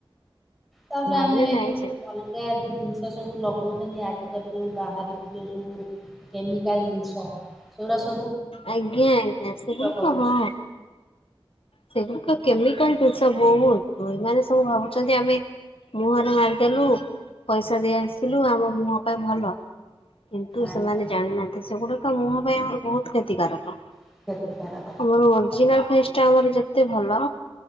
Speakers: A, in the centre; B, on the left.
A: ତାପରେ
B: ନହେଲେ
A: ଆମେ ଏଇ
B: ନାଇଁ
A: ଯୋଉ <unintelligible>
B: ଯାଏ।
A: ଜିନିଷ ସବୁ ଲଗଉଚନ୍ତି ଆଜିକାଲି ଯୋଉ ବାହରିଚି ଯୋଉ ସବୁ କେମିକାଲ ଜିନିଷ ସେଗୁଡା ସ
B: ଆଜ୍ଞା ଆଜ୍ଞା ସେଗୁଡିକ
A: କରୁଛି।
B: ହଁ। ସେଗୁଡିକ କେମିକାଲ ଜିନିଷ ବହୁତ, ଏମାନେ ସବୁ ଭାବୁଚନ୍ତି ଆମେ ମୁହଁରେ ମାରିଦେଲୁ, ପଇସା ଦେଇ ଆସିଲୁ ଆମ ମୁହଁ ପାଇଁ ଭଲ। କିନ୍ତୁ
A: ଆଚ୍ଛା
B: ସେମାନେ ଜାଣିନାହାନ୍ତି, ସେଗୁଡିକ ମୁହଁ ପାଇଁ ଆମର ବହୁତ କ୍ଷତିକାରକ।
A: କ୍ଷତିକାରକ
B: ଆମର ଓରିଜିନାଲ ଫେସ୍ ଟା ଆମର ଯେ ଏତେ ଭଲ